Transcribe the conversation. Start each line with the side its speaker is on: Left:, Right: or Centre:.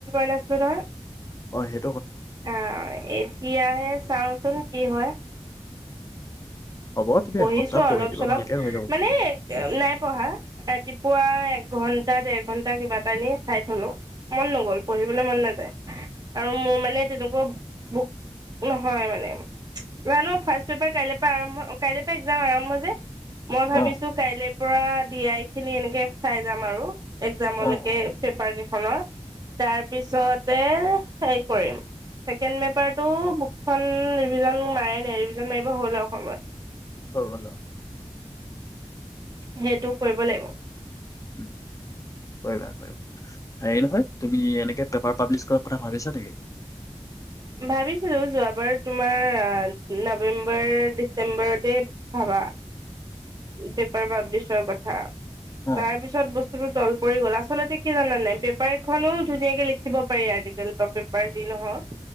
Right: <unintelligible>
Left: অ', সে
Right: অ', এতিয়াহে চাওঁচোন, কি হয়।
Left: হ'ব তুমি
Right: পঢ়িছোঁ
Left: এসপ্তাহ পঢ়ি
Right: অলপ
Left: দিবা
Right: চলপ
Left: ভালকে হৈ যাব।
Right: মানে নাই, পঢ়া ৰাতিপুৱা এক ঘণ্টা, ডেৰ ঘণ্টা কিবা কালিয়ে চাই থ'লো। মন নগ'ল, পঢ়িবলৈ মন নাযায়। আৰু মোৰ মানে তেনেকুৱা বুক-নহয় মানে জানো, ফাষ্ট পেপাৰ কাইলৈ পৰা আৰম্ভ কাইলৈ পা একজাম আৰম্ভ যে মই ভাৱিছো
Left: অ
Right: কাইলে পৰা দিয়াই খিনি এনেকে চাই যাম আৰু। এগ্জামলৈকে
Left: অ অ
Right: পেপাৰ কে হেল্ল' তাৰ পিছত এহ <unintelligible> কৰিম, ছেকেণ্ড পেপাৰটো বুকখন ৰিভিজন মাৰাই‌ নাই, ৰিভিজন মাৰিব হ'ল আৰু সময়।
Left: হৈ গ'ল আও।
Right: সেইটো কৰিব লাগিব।
Left: উম, <unintelligible> হেৰি নহয় তুমি এনেকে পেপাৰ পাবলিছ কৰ কথা ভাবিছা নেকি?
Right: ভাৱিছিলো, যোৱাবাৰ তোমাৰ নৱেম্বৰ ডিচেম্বৰতে ভাৱা। তেত <unintelligible> কথা
Left: অ
Right: তাৰ পিছত বচ সেইটো তল পৰি গ'ল। আচলতে কি জানা নাই? <unintelligible> এখনো ধুনীয়াকে লিখ খিব পাৰি আৰ্টিকেল বা পেপাৰ যি নহওঁক।